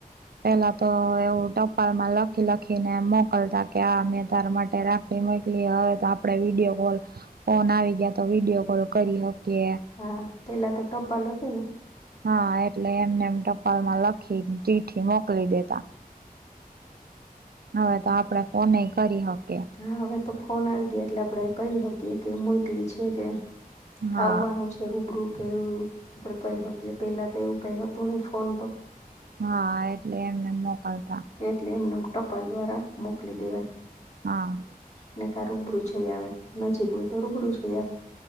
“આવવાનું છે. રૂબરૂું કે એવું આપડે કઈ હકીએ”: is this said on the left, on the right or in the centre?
Left